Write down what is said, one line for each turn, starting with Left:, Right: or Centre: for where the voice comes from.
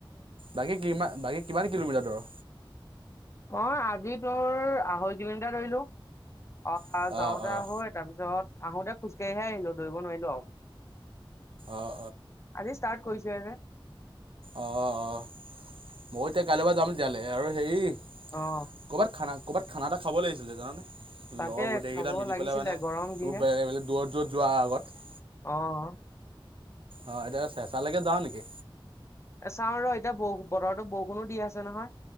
Right: বাকী কি কিমান কিলোমিটাৰ দৰ?
Left: অ', আজি তোৰ আঢ়ৈ কিলোমিটাৰ ধৰিলো। অ',
Right: অঁ
Left: যাওতে
Right: অঁ
Left: আহো তাৰ পিছত আহোতে খোজকাঢ়িহে আহিলো দৌৰিব নোৱাৰিলো আৰু।
Right: অঁ
Left: আজি ষ্টাৰ্ট কৰিছোহে যে।
Right: অ', অ, ময় এতিয়া কাইলৈ পৰা যাম তেতিয়ালে আৰু হেৰি
Left: অ'।
Right: ক'ৰবাত খানা ক'ৰবাত খানা এটা খাব লাগিছিলে জাননে
Left: তাকে
Right: লগৰ গোটেইকেইটা
Left: খাব
Right: মিলি
Left: লাগিছিলে
Right: পেলাই মানে
Left: গৰম
Right: <unintelligible>
Left: যিহে
Right: দূৰত দূৰত যোৱাৰ আগত
Left: অ'
Right: অ', এতিয়া চেচালৈকে যাও নেকি?
Left: এ চাও ৰ এতিয়া বতৰতো বৰষুণো দি আছে নহয়।